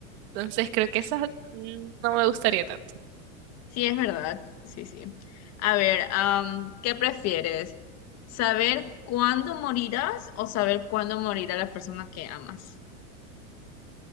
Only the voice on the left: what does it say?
Sí, es verdad. Sí, sí. A ver, am, ¿qué prefieres? ¿Saber cuándo morirás o saber cuándo morirá la persona que amas?